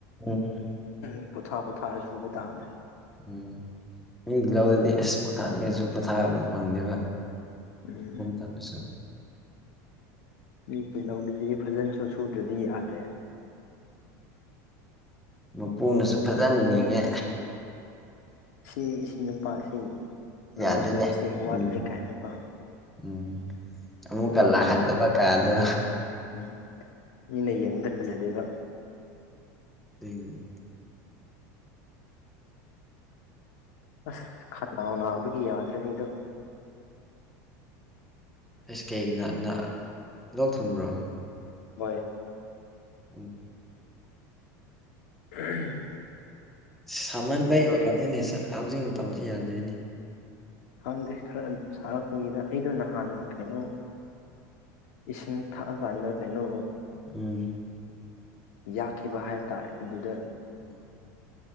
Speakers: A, in the centre; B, on the left.
A: ꯎꯝ
B: ꯎ ꯄꯣꯊꯥ ꯄꯣꯊꯥꯔ ꯁꯨꯕ ꯇꯥꯝꯃꯦ
A: ꯎꯝ ꯃꯤ ꯂꯧꯥꯎꯗꯗꯤ ꯑꯦꯁ ꯄꯣꯊꯥꯅꯤꯡꯉꯁꯨ ꯄꯣꯊꯥꯕ ꯐꯪꯗꯦꯕ
B: ꯎꯝ
A: ꯁ ꯊꯦ ꯁ
B: ꯃꯤ ꯀꯤꯜꯍꯧꯗꯨꯗꯤ ꯐꯖꯟꯁꯨ ꯁꯨꯗ꯭ꯔꯗꯤ ꯌꯥꯗ꯭ꯔꯦ
A: ꯃꯄꯨꯅꯁꯨ ꯐꯖꯅ ꯌꯦꯡꯉꯦ
B: ꯎꯝ ꯁꯤ ꯅꯨꯄꯥꯁꯤ ꯂꯧꯎ
A: ꯌꯥꯗꯦꯅꯦ
B: ꯎꯕꯁꯦ ꯋꯥꯠꯂꯦ
A: ꯎꯝ
B: ꯀꯥꯏꯅꯀꯣ
A: ꯎꯝ ꯑꯃꯨꯛꯀ
B: ꯃꯤꯅꯗꯤ
A: ꯂꯥꯛꯍꯟꯗꯕ ꯀꯥꯗꯣ
B: ꯎꯝ ꯃꯤꯅ ꯌꯦꯡꯕꯗ ꯐꯖꯗꯦꯕ
A: ꯂꯩꯅꯤ
B: ꯑꯁ ꯈꯅ ꯎꯅ ꯒꯤ ꯌꯥꯗ꯭ꯔꯦ ꯑꯩꯗꯣ
A: ꯑꯩꯁ ꯀꯩꯒꯤꯅ ꯂꯧ ꯊꯨꯡꯕ꯭ꯔꯣ
B: ꯍꯣꯏ
A: ꯎ
B: ꯎꯝ
A: ꯁꯥꯍꯟꯕ ꯌꯥꯔꯅꯤꯅꯦ ꯍꯧꯖꯤꯛ ꯃꯇꯝꯁꯤ ꯌꯥꯗꯣꯏꯅꯦ
B: ꯈꯪꯗꯦ ꯈꯔ ꯁꯥꯔꯛꯄꯒꯤꯗ ꯑꯩꯗꯣ ꯅꯍꯥꯟ ꯀꯩꯅꯣ ꯏꯁꯤꯡ ꯊꯛꯑꯀꯥꯟꯗ ꯀꯩꯅꯣ
A: ꯎꯝ
B: ꯌꯥꯛꯈꯤꯕ ꯍꯥꯏꯕ ꯇꯥꯔꯦ ꯑꯗꯨꯗ
A: ꯎꯝ